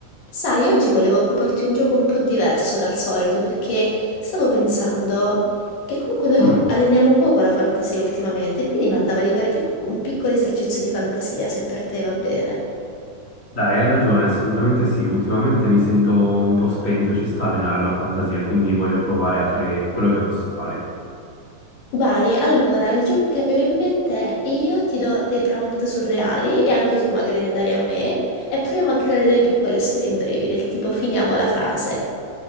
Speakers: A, on the left (about 80°); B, on the left (about 25°).
A: Sai, oggi volevo proporti un gioco un po' diverso dal solito perché stavo pensando che comunque noi
B: Mm.
A: alleniamo poco la fantasia ultimamente, e quindi mi andava di fare tipo un piccolo esercizio di fantasia, se per te va bene.
B: Dai, hai ragione, assolutamente sì. Ultimamente mi sento un po' spento, ci sta a allenare la fantasia, quindi voglio provare a fare quello che posso fare.
A: Vai, allora, il gioco che avevo in mente è io ti do dei prompt surreali e anche tu magari ne dai a me e proviamo a creare delle piccole storie brevi, del tipo finiamo la frase.